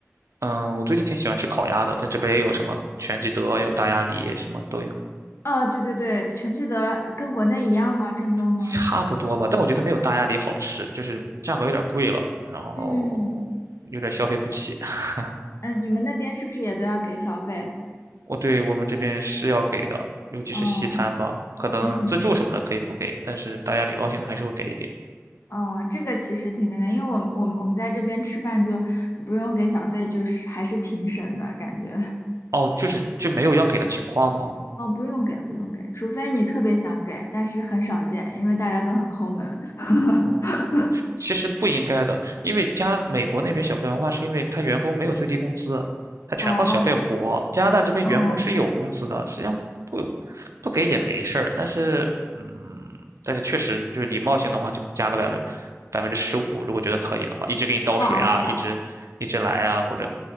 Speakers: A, on the right; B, on the left.
A: 嗯，我最近挺喜欢吃烤鸭的，但这边也有什么全聚德，有大鸭梨，什么都有。
B: 哦，对对对，全聚德跟国内一样吗？正宗吗？
A: 差不多吧，但我觉得没有大鸭梨好吃，就是价格有点贵了，然后有点消费不起。
B: 嗯
A: <laughs>
B: 嗯，你们那边是不是也都要给小费？
A: 我对我们这边是要给的，尤其是西餐吧，
B: 哦，
A: 可能自助什么的可以不给，
B: 嗯。
A: 但是大家礼貌性的还是会给一点。
B: 哦，这个其实挺那个，因为我们我们我们在这边吃饭就不用给小费，就是还是挺省的感觉。
A: 哦，就是就没有要给的情况吗？
B: 哦，不用给，不用给，除非你特别想给，但是很少见，因为大家都很抠门。<laughs>
A: 哦，其实不应该的，因为加美国那边小费文化是因为他员工没有最低工资，他全靠小费活。
B: 哦，
A: 加拿大这边员工是有工资的，
B: 嗯，
A: 实际上不不给也没事儿，但是嗯，但是确实就是礼貌性的话，就加个百分百分之十五，如果觉得可以的话，一直给你倒水啊，
B: 哇塞，
A: 一直一直来啊，或者